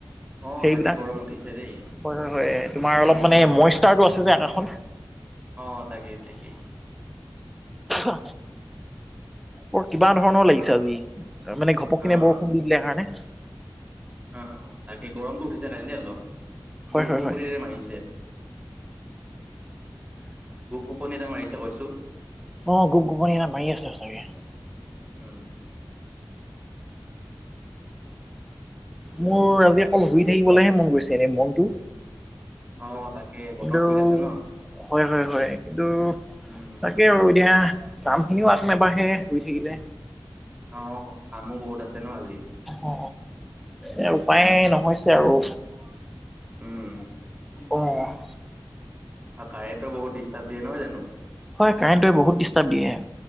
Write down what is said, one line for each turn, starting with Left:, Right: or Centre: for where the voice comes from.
Right: অ',
Centre: সেইবিলাক
Right: তাকে গৰম উঠিছে দেই।
Centre: হয় হয় হয় তোমাৰ অলপ মানে মইষ্টাৰটো আছে যে আকাখন
Right: অ তাকেই তাকেই
Centre: অ বৰ কিবা ধৰণৰ লাগিছে
Right: অ',
Centre: আজি মানে ঘপক কিনে
Right: অ',
Centre: বৰষুণ দি দিলে কাৰণে
Right: অ তাকে গৰমটো উঠিছে কালি দেই অলপ
Centre: হয়
Right: গোপ
Centre: হয়
Right: কোবৰেৰে
Centre: হয়
Right: মাৰিছে গোপ গোপনী এটা মাৰিছে কৈছো।
Centre: অ', গোপ গোপনী এটা মাৰি আছে চাগে।
Right: উম। <inaudible>
Centre: মোৰ আজি অকল শুই থাকিবলৈহে মন গৈছে এনে মনটো।
Right: অ', তাকে বতৰ
Centre: কিন্তু
Right: ঠিক আছে ন?
Centre: হয় হয় হয়। কিন্তু
Right: উম,
Centre: তাকে আৰু এতিয়া কামখিনিও আগ নেবাহে শুই থাকিলে।
Right: অ', কামো বহুত আছে ন আজি।
Centre: অ এ উপায় নহৈছে আৰু।
Right: <inaudible> উম।
Centre: অ'।
Right: আৰু কাৰেণ্টোয়ে বহুত ডিষ্টাৰ্ব দিয়ে নহয় জানো।
Centre: হয়, কাৰেণ্টোৱে বহুত ডিষ্টাৰ্ব দিয়ে।